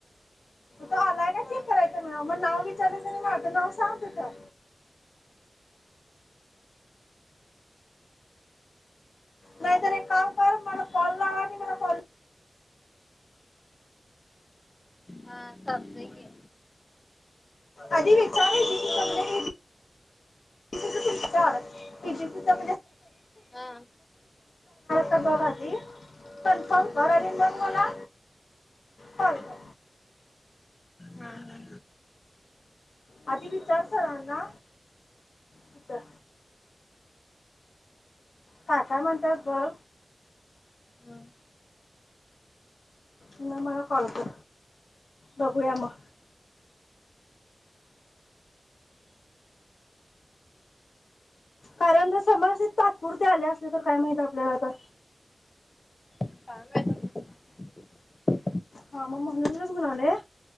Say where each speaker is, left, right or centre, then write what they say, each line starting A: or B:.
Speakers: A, on the left; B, on the left.
A: तो आलाय का चेक
B: ह
A: करायचं म्हणावं मग नाव विचारलं तर माझं नाव सांग तिथं नाही तर एक काम कर मला कॉल लाव आणि मला कॉल
B: हा चालतंय कि
A: आधी विचारलं <inaudible> <unintelligible> ते बघणार
B: हा
A: तर बघा आधी कन्फर्म कर आणि मग
B: ह
A: मला कॉल कर.
B: हा हा
A: आधी विचार सरांना कुठं? काय काय म्हणतात बघ
B: मग
A: मग मला कॉल कर बघूया मग कारण जर समस्या तात्पुरते आले असले तर काय माहित आपल्याला आता.
B: का माहीत आता?
A: हा मग म्हणूनच म्हणालोय